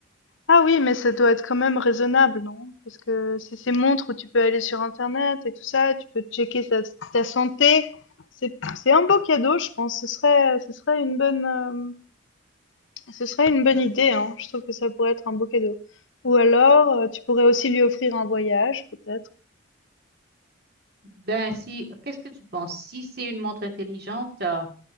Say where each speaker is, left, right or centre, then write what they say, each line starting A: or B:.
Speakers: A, on the left; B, on the right.
A: Ah oui, mais ça doit être quand même raisonnable, non? Parce que c'est ces montres où tu peux aller sur Internet et tout ça, tu peux checker ta, ta santé. C'est, c'est un beau cadeau, je pense. Ce serait, ce serait une bonne, euh, ce serait une bonne idée, hein. Je trouve que ça pourrait être un beau cadeau. Ou alors, euh, tu pourrais aussi lui offrir un voyage, peut-être.
B: Ben si, qu'est-ce que tu penses? Si c'est une montre intelligente, euh,